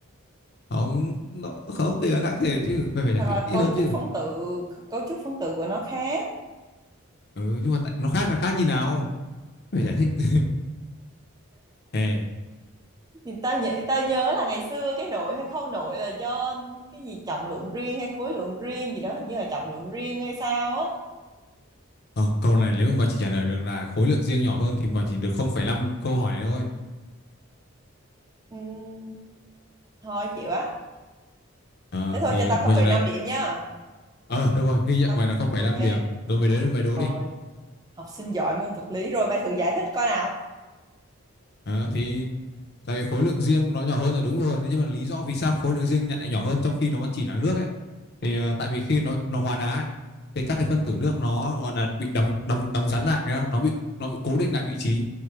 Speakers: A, on the left (about 50°); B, on the right (about 15°).
A: không nó không thì là khác thể chứ mày phải
B: hoặc
A: giải thích
B: là
A: kỹ
B: cấu
A: hơn chứ
B: trúc phân tử cấu trúc phân tử của nó khác
A: ừ, nhưng mà tại, nó khác là khác như nào mày giải thích <laughs> Ê,
B: thì ta nhớ ta nhớ là ngày xưa cái nội hay khâu nội là do cái gì trọng lượng riêng hay khối lượng riêng gì đó hình như là trọng lượng riêng hay sao á
A: ờ, câu này nếu mà mày chỉ trả lời được là khối lượng riêng nhỏ hơn thì mày chỉ được 0,5 câu hỏi này thôi
B: Ừm, thôi chịu á
A: Ờ,
B: thế thôi
A: thì
B: cho tao không
A: mày
B: phẩy
A: trả lời
B: năm điểm nha
A: ờ được rồi ghi nhận
B: Tao-
A: mày là 0,5
B: ok
A: điểm rồi mày đến mày đố
B: thôi
A: đi
B: học sinh giỏi môn vật lý rồi mày thử giải thích coi nào
A: Ờ, thì tại vì khối lượng riêng nó nhỏ hơn là đúng rồi thế nhưng mà lý do vì sao khối lượng riêng lại nhỏ hơn trong khi nó vẫn chỉ là nước ấy thì ờ, tại vì khi nó nó hóa đá ấy, thì các cái phân tử nước nó gọi là bị đóng đóng đóng rắn lại nó bị nó bị cố định lại vị trí